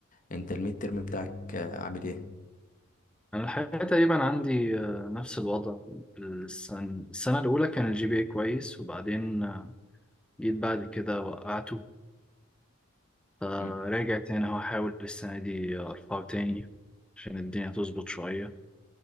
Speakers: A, on the left (about 40°); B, in the centre.
A: أنت الميد ترم بتاعك آه، عامل إيه؟
B: أنا الحقيقة تقريبا عندي آه، نفس الوضع السنة, السنة الأولى كان الجي بي اي كويس وبعدين آه، جيت بعد كده وقعته فراجع
A: مم.
B: تاني اهو أحاول السنة دي أرفعه تاني عشان الدنيا تظبط شوية